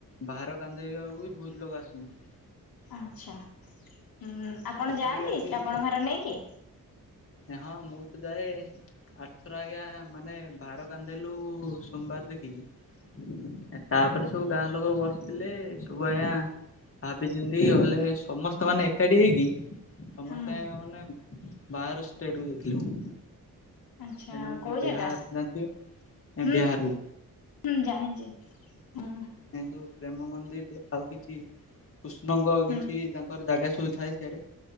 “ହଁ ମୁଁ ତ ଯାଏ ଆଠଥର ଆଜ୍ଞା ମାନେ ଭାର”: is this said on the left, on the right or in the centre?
Left